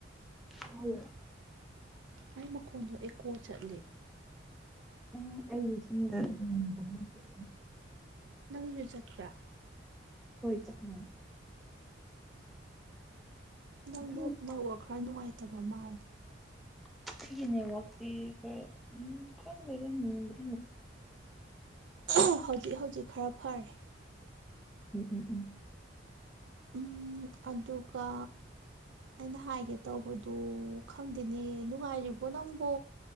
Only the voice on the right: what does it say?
ꯑꯩ ꯃꯈꯣꯟꯗꯣ ꯑꯦꯀꯣ ꯆꯠꯂꯦ
ꯅꯪꯒꯤꯁꯨ ꯆꯠꯄ꯭ꯔꯥ
ꯅꯪꯗꯣ
ꯅꯦꯠꯋꯛ ꯈꯔ ꯅꯨꯡꯉꯥꯏꯇꯕ ꯃꯥꯜꯂꯦ
ꯑꯣꯑꯣ ꯍꯧꯖꯤꯛ ꯍꯧꯖꯤꯛ ꯈꯔ ꯐꯔꯦ
ꯎꯝ ꯑꯗꯨꯒ ꯑꯩꯅ ꯍꯥꯏꯒꯦ ꯇꯧꯕꯗꯣ ꯈꯪꯗꯦꯅꯦ ꯅꯨꯡꯉꯥꯏꯔꯤꯕꯣ ꯅꯪꯕꯣ